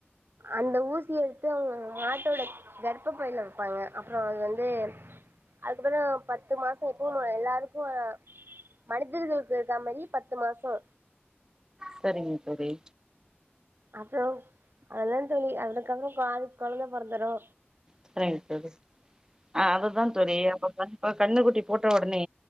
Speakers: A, on the right (about 55°); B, on the right (about 15°).
A: அந்த ஊசி எத்து உங் மாட்டோட கர்ப்பபைல வப்பாங்க அப்பற அது வந்து அதுக்கப்பறோ பத்து மாச எப்பவு போல எல்லாருக்கு மனிதர்களுக்கு இருக்க மாரி பத்து மாசோ
B: சரிங்க தோழி
A: அப்பறோ அதுதா தோழி அதுக்கப்றோ பாதி கொழந்த பொறந்துரு
B: சரிங்க தோழி ஆ அதுதா தோழி அப்போ <unintelligible> அ கண்ணுக்குட்டி போட்ட ஒடனே